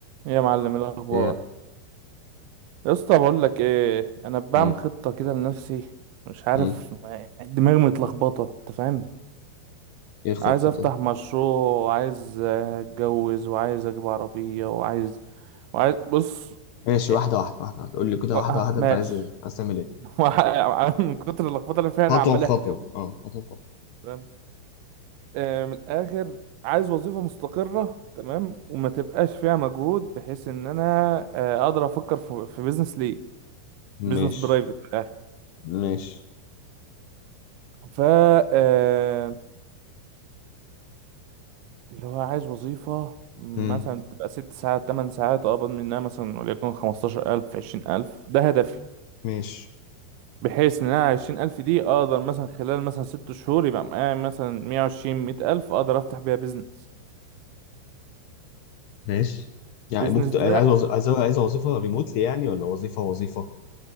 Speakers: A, on the right (about 75°); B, on the left (about 70°).
A: إيه يا معلم إيه الاخبار
B: ايه
A: يا اسطى بقول لك ايه انا بعمل
B: مم.
A: خطه كده لنفسي مش عارف
B: مم.
A: دماغي متلخبطه انت فاهم
B: ايه الخطة
A: عايز افتح
B: طيب
A: مشروع وعايز اتجوز وعايز اجيب عربيه وعايز وعايز بص
B: ماشي
A: إيه،
B: واحدة واحدة واحدة واحدة قول لي كده
A: آه،
B: واحدة واحدة
A: ماشي
B: انت عايز ايه عايز تعمل ايه
A: <laughs> من كتر اللخبطه اللي فيها انا
B: خطوة
A: عمال
B: بخطوة
A: اهري أهو،
B: اه خطوة بخطوة
A: فاهم آه، من الاخر عايز وظيفه مستقره تمام وما تبقاش فيها مجهود بحيث ان انا آه، اقدر افكر في بيزنس ليه بيزنس
B: ماشي
A: برايفت من الاخر،
B: ماشي
A: ف آه، اللي هو عايز وظيفة مثلا
B: مم.
A: تبقى ست ساعات تمن ساعات أقبض منها مثلا وليكن خمستاشر ألف عشرين ألف ده هدفي
B: ماشي
A: بحيث إن أنا عشرين ألف دي أقدر مثلا خلال مثلا ست شهور يبقى معايا مثلا مية وعشرين مية ألف أقدر أفتح بيها بيزنس
B: ماشي يعني
A: بيزنس
B: ممكن تبقى
A: ده
B: عايز وظ... عايز عايز وظيفة ريموتلي يعني ولا وظيفة وظيفة